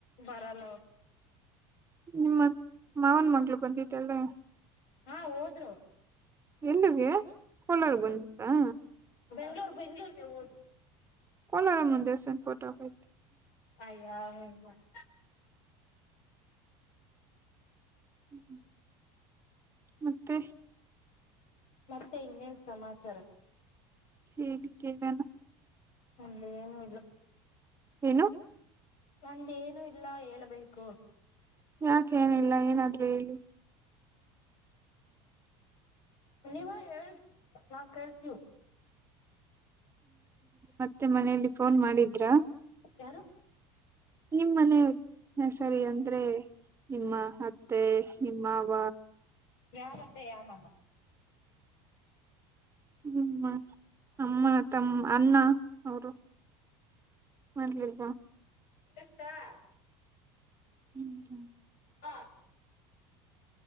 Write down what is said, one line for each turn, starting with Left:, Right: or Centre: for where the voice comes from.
Left: ಬರಲ್ಲ
Right: ನಿಮ್ಮತ್ ಮಾವನ ಮಗಳು ಬಂದಿದ್ದಲ್ಲ
Left: ಹಾ ಹೋದ್ರ ಅವರು
Right: ಎಲ್ಲಿಗೆ ಕೋಲಾರ್ ಬಂದಿತ್ತ
Left: ಬೆಂಗಳೂರು ಬೆಂಗಳೂರು ಗೆ ಹೋದರು
Right: ಕೋಲಾರಮ್ಮನ್ ದೇವಸ್ಥಾನ ಫೋಟೋ ಹಾಕು
Left: ಅದಕ್ಕೆ <inaudible> ಹ್ಮ
Right: ಹ್ಮ ಮತ್ತೆ
Left: ಮತ್ತೆ ಇನ್ನೇನ್ ಸಮಾಚಾರ
Right: ಹೇಳಿ ಕೇಳನ
Left: ಇನ್ನೇನು ಇಲ್ಲ
Right: ಏನು
Left: ನಂದೇಏನು ಇಲ್ಲ ಹೇಳ್ಬೇಕು
Right: ಯಾಕ ಏನಿಲ್ಲ ಏನಾದ್ರೂ ಹೆಳ್ಳಿ
Left: ನೀವ ಹೇಳ್ ನಾ ಕೇಳ್ತು <inaudible>
Right: ಅತ್ತೆ ಮನೆಯಲ್ಲಿ ಫೋನ್ ಮಾಡಿದ್ರಾ
Left: ಯಾರು
Right: ನಿಮ್ಮ್ ಮನೆ ಹ ಸರಿ ಅಂದ್ರೆ ನಿಮ್ಮ ಅತ್ತೆ ನಿಮ್ಮವ
Left: ಯಾರತ್ತೆ ಯಾವ ಮಾವ
Right: ಹ್ಮ ಅಮ್ಮ ತಮ್ಮ ಅಣ್ಣ ಅವರು ಮಾಡದಲಲ್ವಾ <unintelligible>
Left: ಚಾ <inaudible>
Right: ಹ್ಮ್ ಹಾ <unintelligible>
Left: ಹ